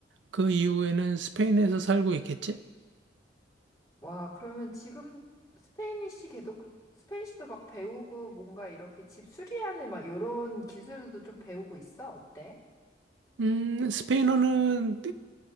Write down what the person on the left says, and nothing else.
와, 그러면 지금 스페니쉬 계속, 스페니쉬도 막 배우고 뭔가 이렇게 집 수리하는 막 이런 기술도 좀 배우고 있어? 어때?